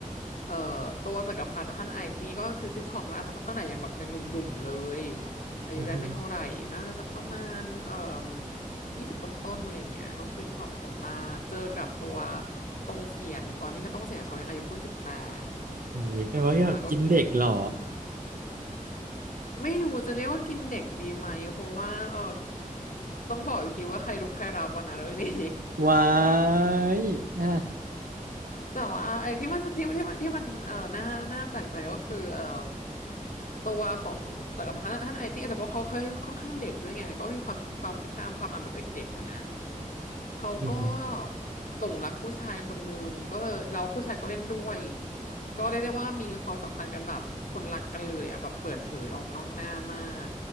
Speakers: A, on the left; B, on the right.
A: เอ่อตัวจักรพรรดิฮั่นไอตี้ก็คือขึ้นครองราชย์ตั้งตั้งแต่ยังแบบยังหนุ่มๆเลยอายุได้ไม่เท่าไหร่น่าจะสักประมาณเอ่อ
B: อือหือ
A: ยี่สิบต้นๆอะไรอย่างเงี้ยก็ขึ้นของของราชย์เจอกับตัวตรงเสียนตอนนี้ก็ต้องเสียนเขายังอายุเพิ่งสิบแปด
B: โอ้ยแปลว่าแบบกินเด็กเหรอ
A: แล้วก็เกิดอืมไม่รู้จะเรียกว่ากินเด็กดีไหมเพราะว่าเออต้องบอกอีกทีว่าใครรุกใครรับวันนะเรื่องนี้
B: ว้ายอ่ะ
A: แต่ว่าไอ้ที่มันที่มันที่มันที่มันเอ่อน่าน่าแปลกใจก็คือเอ่อตัวของจักรพันธ์ท่านไอตี้อาจจะเพราะเขาเขาค่อนข้างเด็กด้วยไงก็มีความความคิดข้ามความอ่านแบบเด็กๆอะนะเขาก็
B: อือหือ
A: หลงรักผู้ชายคนหนึ่งก็เลยเราผู้ชายก็เล่นด้วยก็เรียกได้ว่ามีความสัมพันธ์กันแบบคนรักกันเลยอะแบบเปิดเผยออกนอกหน้ามาก